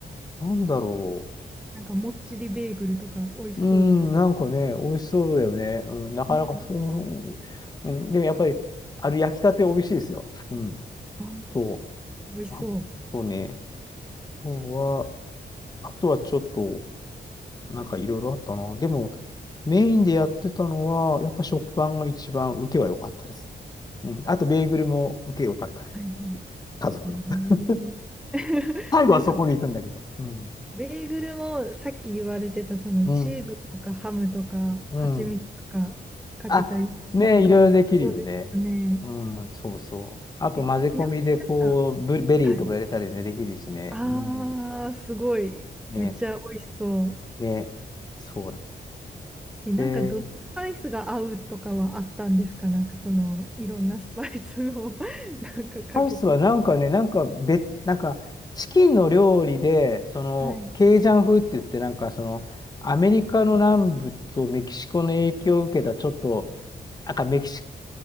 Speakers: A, on the left (about 20°); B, in the centre.
A: なんだろ
B: なんかもっちりベーグルとか美味しそうです。
A: う。うーん、なんかね、美味しそうだよね。うん、なかなかそう、
B: ねえ、
A: うん、でもやっぱり、あれ焼きたて美味しいですよ。うん、
B: あ、
A: そ
B: 美味しそう。
A: う。あとね、あとは、あとはちょっと、なんかいろいろあったな。でも、メインでやってたのは、やっぱ食パンが一番受けは良かったですね。うん、あと、ベーグルも受け良かったです。
B: はい。
A: 家族の。
B: えー
A: <laughs>
B: <laughs>
A: 最後はそこに行くんだけど。
B: なんか
A: うん。
B: ベーグルもさっき言われてたそのチーズとかハムとか蜂蜜とかかけたり、
A: うん。うん。あ、ねえ、
B: なんか美味しそうですかね。
A: いろいろできるよね。うん、そうそう。あと混ぜ込みでこう、
B: え、ちなみになんか、
A: ブベリーとか入れたりね、
B: はい。
A: できるしね。
B: あー、
A: うん。
B: すごい。
A: ね、
B: めっちゃ美味しそう。
A: ね、そうなんだ。
B: え、なんかどのスパイスが合うとかはあったんですかなんかそのいろんなスパイスを
A: え
B: <laughs> なんかかけて。
A: アイスはなんかね、なんか別、なんかチキンの料理で、そのケイジャン風って言って、
B: はい。
A: なんかそのアメリカの南部とメキシコの影響を受けたちょっと、
B: はい
A: なんかメキシ